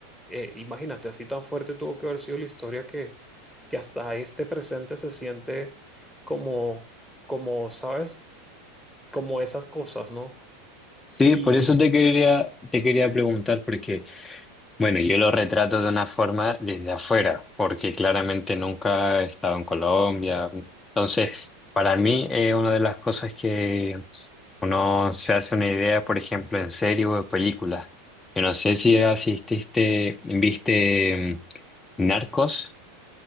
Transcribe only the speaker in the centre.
eh, imagínate, así tan fuerte tuvo que haber sido la historia que, que hasta este presente se siente como, como, ¿sabes? Como esas cosas, ¿no?
Y